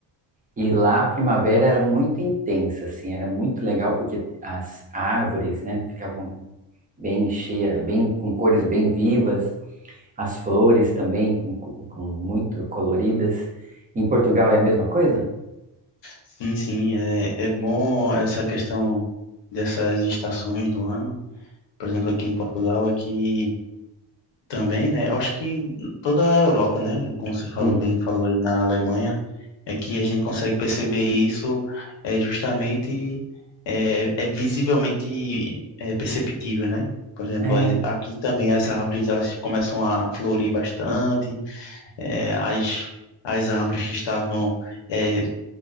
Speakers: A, on the right; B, on the left.
A: E lá a primavera era muito intensa, assim, era muito legal porque as árvores, né, ficavam bem cheias, bem com cores bem vivas, as flores também com, com, com muito coloridas. Em Portugal é a mesma coisa?
B: sim, sim, é, é bom essa questão dessas estações do ano por exemplo, aqui em Portugal, aqui também, né? Eu acho que em toda a Europa, né? Como você falou
A: Hum,
B: bem, falou aí na Alemanha, é que a gente consegue perceber isso é justamente é, é visivelmente é, perceptível, né? Por exemplo,
A: é,
B: as- aqui também as árvores elas começam a florir bastante, é, as, as árvores que estavam é,